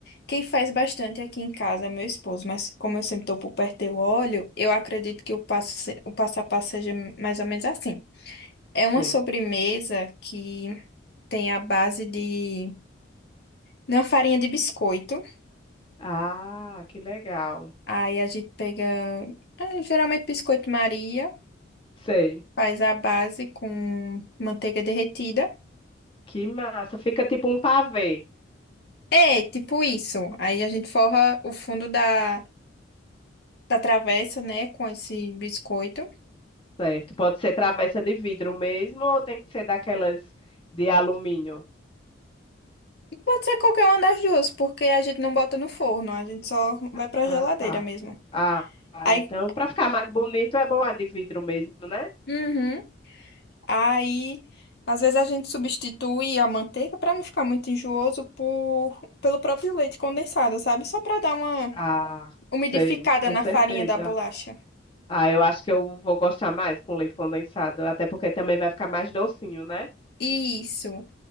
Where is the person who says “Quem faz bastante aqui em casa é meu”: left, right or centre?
Left